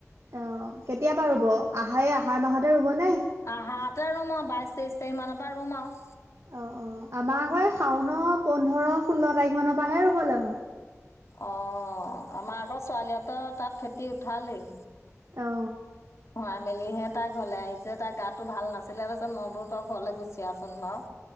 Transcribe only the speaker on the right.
অ কেতিয়াপা ৰুব আহাই এই আহাৰ মাহতে ৰুব নে?
অ অ আমাৰ আকৌ এ শাওন পোন্ধৰ ষোল্ল তাৰিখ মানৰ পৰাহে ৰুবলৈ হয়।
এ অ।